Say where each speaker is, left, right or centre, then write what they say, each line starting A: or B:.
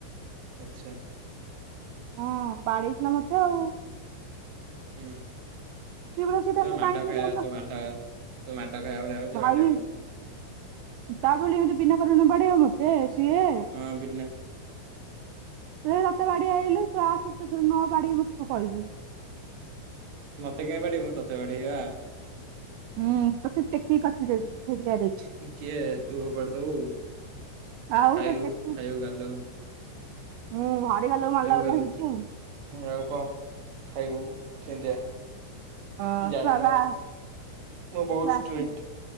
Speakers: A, on the right; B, on the right.
A: ଆଚ୍ଛା
B: ହଁ ବାଡେଇଥିଲା ମତେ ଆଉ
A: ହୁଁ
B: ସିଏ ପରା ସେଇ ଟାଇମ୍
A: ତ ଯ
B: କୁ
A: ମାଟା
B: କାଇଁ ଏମିତି
A: ଖାଇ
B: ହେଲା
A: ତୁ ମାଟା ତୁ ମାଡା ଖାଇବା ଭଳିଆ ହଉଛି
B: ଭାଇ
A: ମାଡ ହଉନି କଣ
B: ତା ବୋଲି ଏମିତି ବିନା କାରଣରେ ବାଡେଇବ ମତେ ସିଏ।
A: ହଁ ବିପିନ୍ ଭା
B: ତୁଇ ମତେ ବାଡିଆ ଆଇଲୁ ତୁ ଆସେ ନ ବାଡେଇବି ମତେ ତୁ କହିବୁ।
A: ମତେ କାଇଁ ବାଡେଇବ ତତେ ବାଡେଇବି ଆ
B: ହୁଁ ତତେ ଟେକି କି କସିଦେବି <unintelligible> ହେଡିଆରେ
A: କିଏ ତୁ ଫୋପାଡିଦବୁ
B: ଆଉ
A: ଖାଇବୁ
B: ତତେ ଟେକି
A: ଖାଇବୁ ଗାଲକୁ
B: ହୁଁ ଭାରି ଗାଲ କୁ ମାରିଲା
A: ଗାଲୁ
B: ବାଲା ହେଇଚୁ ଆଉ
A: ଆଉ କଣ ଖାଇବୁ ଥେନ୍ତିଆ।
B: ହଁ
A: ଜାଣିନୁ
B: ତୁ ଆଗ ଆ
A: ମୁଁ ବହୁତ
B: ତୁ ଆସୁନୁ
A: ଷ୍ଟ୍ରିଟ୍।